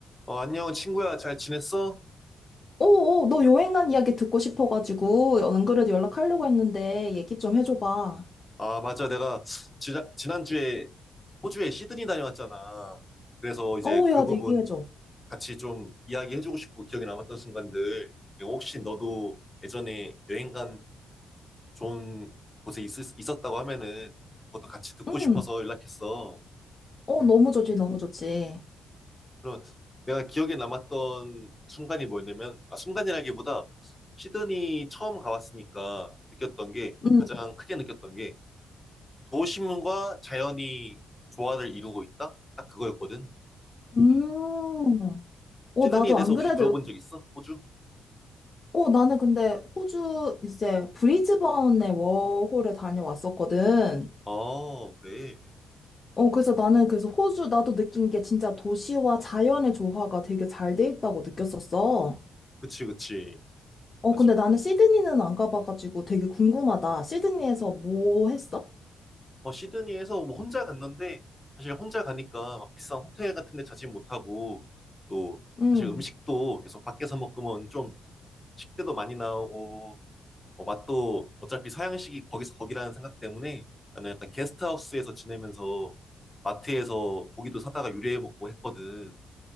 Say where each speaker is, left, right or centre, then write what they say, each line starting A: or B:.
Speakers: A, on the left; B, on the left.
A: 어, 안녕, 친구야. 잘 지냈어?
B: 오, 오, 너 여행 간 이야기 듣고 싶어가지고, 안 그래도 연락하려고 했는데, 얘기 좀 해줘봐.
A: 아, 맞아. 내가 지나, 지난주에 호주에 시드니 다녀왔잖아. 그래서 이제
B: 어,
A: 그
B: 야,
A: 부분
B: 얘기해줘.
A: 같이 좀 이야기해주고 싶고 기억에 남았던 순간들. 그리고 혹시 너도 예전에 여행 간 좋은 곳에 있, 있었다고 하면은 그것도 같이 듣고
B: 응.
A: 싶어서 연락했어.
B: 어,
A: 음.
B: 너무 좋지, 너무 좋지.
A: 그럼 내가 기억에 남았던 순간이 뭐였냐면, 아, 순간이라기보다 시드니 처음 가봤으니까 느꼈던 게,
B: 응.
A: 가장 크게 느꼈던 게 도심과 자연이 조화를 이루고 있다? 딱 그거였거든.
B: 음.
A: 음.
B: 어,
A: 시드니에
B: 나도
A: 대해서
B: 안 그래도,
A: 혹시 들어본 적 있어? 호주?
B: 어, 나는 근데 호주 이제 브리즈번에 워홀을 다녀왔었거든.
A: 어, 그래.
B: 어, 그래서 나는 그래서 호주 나도 느낀 게 진짜 도시와 자연의 조화가 되게 잘 돼 있다고 느꼈었어.
A: 그치, 그치.
B: 어,
A: 맞아.
B: 근데 나는 시드니는 안 가봐가지고 되게 궁금하다. 시드니에서 뭐 했어?
A: 어, 시드니에서 뭐 혼자 갔는데, 사실 혼자 가니까 막 비싼 호텔 같은 데 자진 못하고, 또,
B: 음.
A: 사실 음식도 계속 밖에서 먹으면 좀 식대도 많이 나오고, 어, 맛도 어차피 서양식이 거기서 거기라는 생각 때문에 나는 약간 게스트하우스에서 지내면서 마트에서 고기도 사다가 요리해 먹고 했거든.